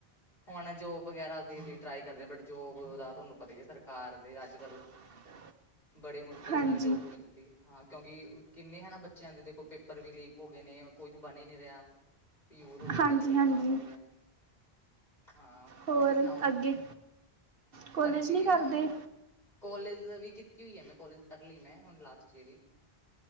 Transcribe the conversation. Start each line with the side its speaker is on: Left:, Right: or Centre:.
Left: ਹੁਣ ਜੋਬ ਵਗੈਰਾ ਦੀ ਵੀ ਟਰਾਈ ਕਰ ਰਹੇ ਬਟ ਜੋਬ ਦਾ, ਤੁਹਾਨੂੰ ਪਤਾ ਹੀ ਹੈ ਸਰਕਾਰ ਦੇ ਅੱਜ-ਕੱਲ।
Right: <unintelligible>
Left: ਬੜੀ ਮੁਸ਼ਕਿਲ
Right: ਹਾਂਜੀ
Left: ਨਾਲ ਜੋਬ ਮਿਲਦੀ। ਹਾਂ ਕਿਉਂਕਿ ਕਿੰਨੇ ਹਨਾ ਬੱਚਿਆਂ ਦੇ ਦੇਖੋ ਪੇਪਰ ਵੀ ਲੀਕ ਹੋ ਗਏ ਨੇ ਕੁੱਝ ਬਣੇ ਹੀ ਨਹੀਂ ਰਿਹਾ। ਯੂਥ ਬੋਤ
Right: ਹਾਂਜੀ
Left: ਜਾਦਾ ਪਰੇਸ਼ਾਨ
Right: ਹਾਂਜੀ
Left: ਹੋ ਰਿਹਾ ਐ। ਹਾਂ।
Right: ਹੋਰ
Left: ਤੁਸੀ ਸੁਣਾਓ।
Right: ਅੱਗੇ ਕੋਲਜ
Left: ਅੱਜ ਕੀ
Right: ਨਹੀਂ ਕਰਦੇ
Left: ਹੁਣ ਤਾਂ। ਕੋਲੇਜ ਵੀ ਕੀਤੀ ਹੋਈ ਐ ਮੈਂ ਕੋਲੇਜ ਕਰ ਲੀ ਮੈਂ ਹੁਣ ਲਾਸਟ ਈਅਰ ਈ